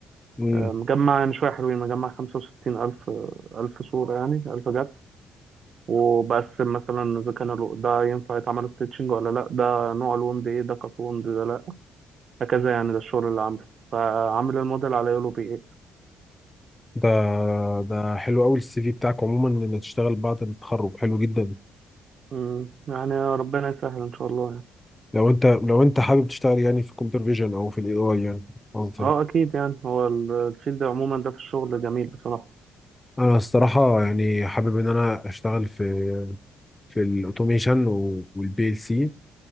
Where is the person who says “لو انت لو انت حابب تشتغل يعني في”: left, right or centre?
Left